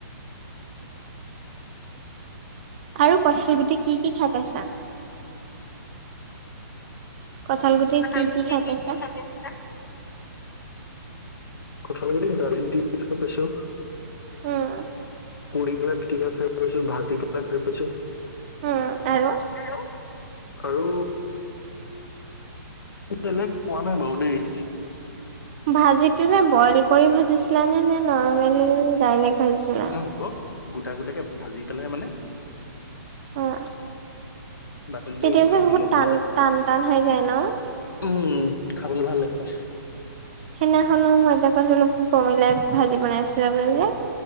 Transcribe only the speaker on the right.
আৰু কঠাল গুটি কি কি খাই পাইছা? কঁঠাল গুটি
কি
পাইছা
উম
উম আৰু
ভাজিটো যে বইল কৰি ভাজিছিলা নে নৰ্মেলি ডাইৰেক্ট ভাজিছিলা
অ',
তেতিয়া
যে বহুত
টান,
টান, টান হৈ যায় ন?
সেইদিনাখনো মই যে কইছিলো পমিলাই ভাজি বনাইছিলা বুলি যে।